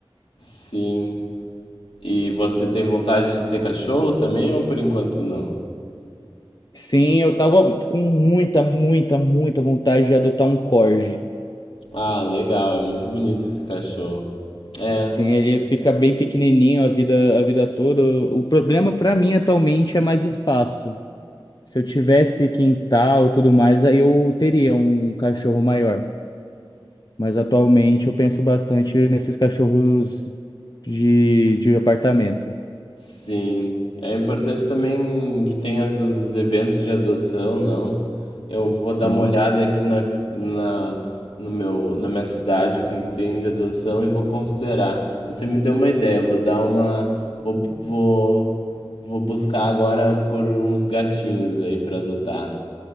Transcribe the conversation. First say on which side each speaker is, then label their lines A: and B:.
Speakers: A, on the left; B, on the left.
A: Sim. E você tem vontade de ter cachorro também ou por enquanto não?
B: Sim, eu tava com muita, muita, muita vontade de adotar um corgi.
A: Ah, legal, é muito bonito esse cachorro. É.
B: Sim, ele fica bem pequenininho a vida, a vida toda. O problema para mim atualmente é mais espaço. Se eu tivesse quintal e tudo mais, aí eu teria um cachorro maior. Mas atualmente eu penso bastante nesses cachorros de, de apartamento.
A: Sim, é importante também que tenha esses eventos de adoção, não? Eu vou
B: Sim.
A: dar uma olhada aqui na, na, no meu, na minha cidade, o que que tem de adoção e vou considerar. Você me deu uma ideia, vou dar uma, vou, vou, vou buscar agora por uns gatinhos aí para adotar.